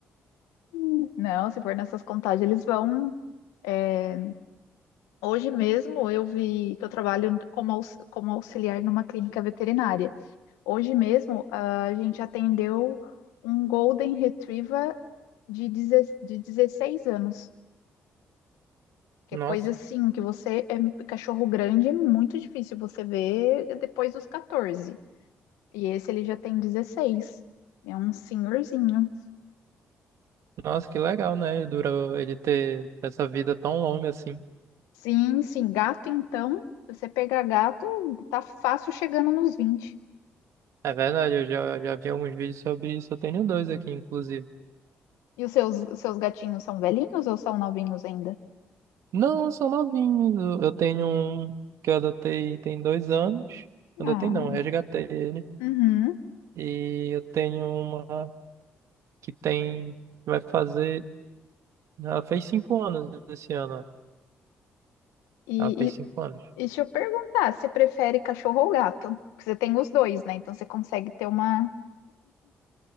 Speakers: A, on the left; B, on the right.
A: <laughs> Não, se for nessas contagens, eles vão. é, Hoje mesmo eu vi que eu trabalho como, aux- como auxiliar numa clínica veterinária. Hoje mesmo a gente atendeu um Golden Retriever de, deze- de 16 anos. Que
B: Nossa,
A: é coisa assim, que você é cachorro grande, é muito difícil você ver depois dos 14. E esse ele já tem dezesseis, É um senhorzinho.
B: nossa, que legal, né? Durou ele ter essa vida tão longa assim.
A: Sim, sim. Gato, então, se você pegar gato, tá fácil chegando nos 20.
B: É verdade, eu já, já vi alguns vídeos sobre isso. Eu tenho dois aqui, inclusive.
A: E os seus, os seus gatinhos são velhinhos ou são novinhos ainda?
B: Não, são novinhos. Eu tenho um que eu adotei tem dois anos. Adotei
A: Ah,
B: não, resgatei ele.
A: uhum.
B: E eu tenho uma que tem. Vai fazer. Ela fez cinco anos esse ano. né?
A: E,
B: Ela fez
A: e, e
B: cinco anos.
A: deixa eu perguntar, você prefere cachorro ou gato? Porque você tem os dois, né? Então você consegue ter uma,